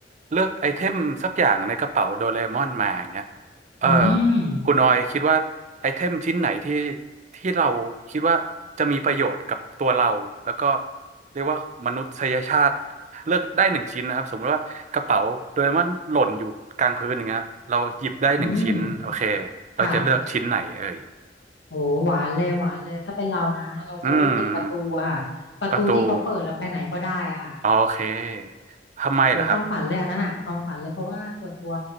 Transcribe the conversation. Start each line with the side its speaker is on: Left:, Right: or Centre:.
Right: เลือกไอเทมสักอย่างในกระเป๋าโดเรมอนมาอย่างเงี้ยเออ
Left: อืม
Right: คุณออยคิดว่าไอเทมชิ้นไหนที่ที่เราคิดว่าจะมีประโยชน์กับตัวเราแล้วก็เรียกว่ามนุษยชาติเลือกได้หนึ่งชิ้นนะครับสมมติว่ากระเป๋าโดเรมอนหล่นอยู่กลางพื้นอย่างเงี้ยเราหยิบได้หนึ่งชิ้น
Left: อืม
Right: โอเคเราจะเลือกชิ้นไหนเอ่ย
Left: ค่ะ โหหวานเลยหวานเลยถ้าเป็นเรานะเราจะเลือกหยิบประตูอะค่ะประตูที่เขาเปิดแล้วไปไหนก็ได้อะค่ะ
Right: อืม ประตูอ๋อโอเคทำไมล่ะครับ
Left: โหความฝันเลยอันนั้นอะความฝันเลยเพราะว่าส่วนตัว